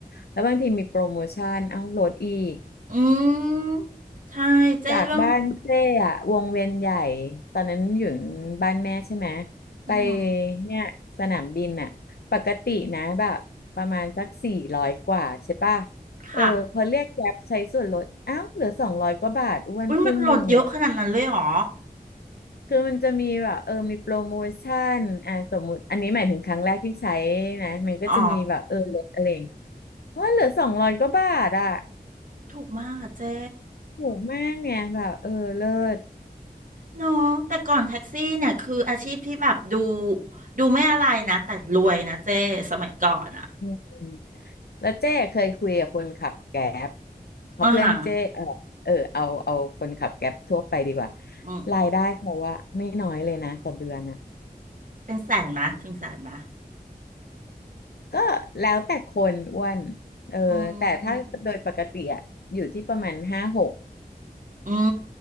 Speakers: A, on the left; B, on the right.
A: แล้วบางทีมีโปรโมชั่นเอ้าลดอีก
B: อืมใช่เจ้เรื่อง
A: จากบ้านเจ้อะวงเวียนใหญ่ตอนนั้นอยู่บ้านแม่ใช่ไหมไป
B: อืม
A: เนี่ยสนามบินอะปกตินะแบบประมาณสักสี่ร้อยกว่าใช่ป่ะ
B: ค่ะ
A: เออพอเรียกแกร็บใช้ส่วนลดอ้าวเหลือสองร้อยกว่าบาทอ้วนครึ่งหนึ่งเลย
B: อุ้ยมันลดเยอะขนาดนั้นเลยเหรอ
A: คือมันจะมีแบบเออมีโปรโมชั่นอ่ะสมมุติอันนี้หมายถึงครั้งแรกที่ใช้นะมันก็จะมีแบบเออลดอะไรอย่างเงี้ย
B: อ๋อ
A: ว่าเหลือสองร้อยกว่าบาทอะ
B: ถูกมากอะเจ้
A: ถูกมากไงแบบเออเลิศ
B: เนาะแต่ก่อนแท็กซี่เนี่ยคืออาชีพที่แบบดูดูไม่อะไรนะแต่รวยนะเจ้สมัยก่อนอ่ะ
A: อืมแล้วเจ้เคยคุยกับคนขับแก๊บเพราะเพื่อนเจ้เออเออเอาเอาคนขับแก๊บทั่วไปดีกว่า
B: อ่าฮะอืม
A: รายได้เขาว่าไม่น้อยเลยนะต่อเดือนอ่ะ
B: เป็นแสนมะถึงแสนมะ
A: ก็แล้วแต่คนอ้วนเออแต่ถ้าโดยปกติอะอยู่ที่ประมาณห้าหก
B: อืมอื